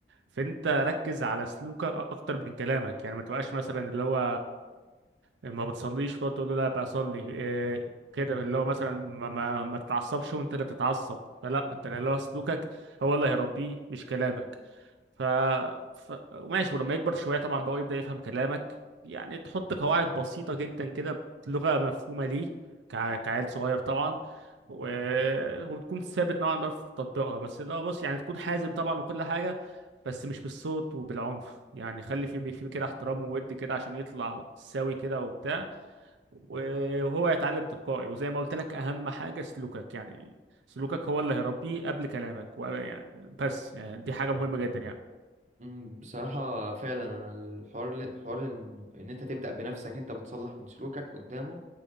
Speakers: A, on the right (about 85°); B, on the right (about 40°).
A: فانت ركز على سلوكك اكتر من كلامك يعني ما تبقاش مثلا اللي هو ما بتصليش وتقعد تقول له لا بصلي إيه كده اللي هو مثلا ما, ما, ما تتعصبش وانت اللي بتتعصب فلا انت اللي هو سلوكك هو اللي هيربيه مش كلامك ف... ف... ماشي ولما يكبر شويه طبعا بقى يبدا يفهم كلامك يعني تحط قواعد بسيطه جدا كده بلغه مفهومه ليه كع... كعيل صغير طبعا و... وتكون ثابت نوعا ما في تطبيقها بس ده بص يعني تكون حازم طبعا وكل حاجه بس مش بالصوت وبالعنف يعني خلي في بي- في كده احترام وود كده عشان يطلع سوي كده وبتاع وهو يتعلم تلقائي وزي ما قلت لك اهم حاجة سلوكك يعني سلوكك هو اللي هيربيه قبل كلامك و- يعني بس يعني دي حاجة مهمة جدا يعني
B: مم، بصراحة فعلا أنا الحوار اللي- حوار إن إن أنت تبدأ بنفسك أنت بتصلح من سلوكك قدامه